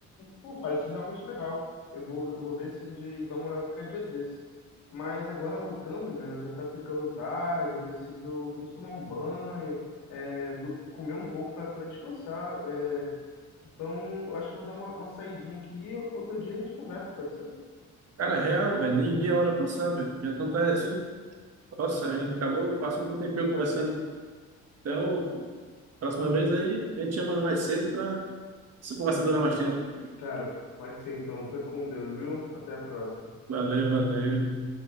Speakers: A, on the left (about 85°); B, on the right (about 55°).
A: pô, parece realmente legal. Eu vou, eu vou ver sim de, de dar uma olhada qualquer dia desse. Mas agora anotando, né? Já tá ficando tarde, eu preciso, preciso tomar um banho, é, do- comer um pouco para descansar. é. então, eu acho que vou dar uma, uma saidinha aqui e outro dia a gente conversa, pode ser?
B: Cara, real, velho, nem vi a hora passar, velho, já tão tarde assim, nossa, a gente acabou passando um tempinho conversando. Então, próxima vez aí, a gente chama mais cedo pra essa conversa durar mais tempo.
A: Cara, pode ser então. Fica com Deus, viu? Até a próxima.
B: Valeu, valeu.